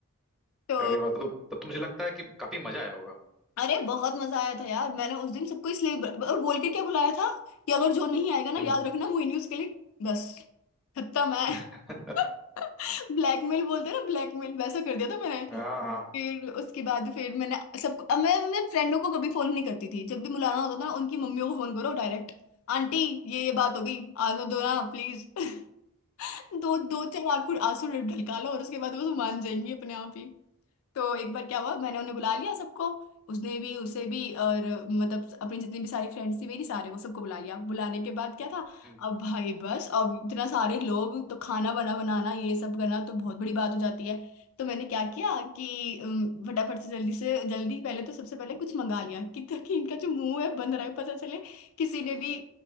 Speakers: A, in the centre; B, on the left.
A: <laughs>
B: तो
A: अरे बात तो तब तो मुझे लगता है कि काफी मजा आया होगा
B: अरे बहुत मजा आया था यार मैंने उस दिन सबको इसलिए ब- और बोल के क्या बुलाया था कि अगर जो नहीं आएगा ना
A: हम्म
B: याद रखना मोहिनी उसके लिए बस खत्म है
A: <laughs>
B: <laughs> ब्लैकमेल बोलते हैं ना ब्लैकमेल वैसा कर दिया था मैंने
A: हाँ हाँ
B: फिर उसके बाद फिर मैंने सबको अब मैं मैं फ्रेंडों को कभी फोन नहीं करती थी जब भी बुलाना होता था ना उनकी मम्मियों को फोन करो डायरेक्ट आंटी ये ये बात हो गई आने दो ना प्लीज <laughs> दो दो चार आंखों आंसू ढलका लो और उसके बाद बस वो मान जाएंगी अपने आप ही तो एक बार क्या हुआ मैंने उन्हें बुला लिया सबको उसने भी उसे भी और मतलब अपनी जितनी भी सारी फ्रेंड्स थी मेरी सारे को सबको बुला लिया बुलाने के बाद क्या था
A: हम्म।
B: अब भाई बस अब इतना सारे लोग तो खाना बना बनाना ये सब करना तो बहुत बड़ी बात हो जाती है तो मैंने क्या किया कि अम, फटाफट से जल्दी से जल्दी पहले तो सबसे पहले कुछ मंगा लिया कि ताकि इनका जो मुंह है बंद रहे पता चले किसी ने भी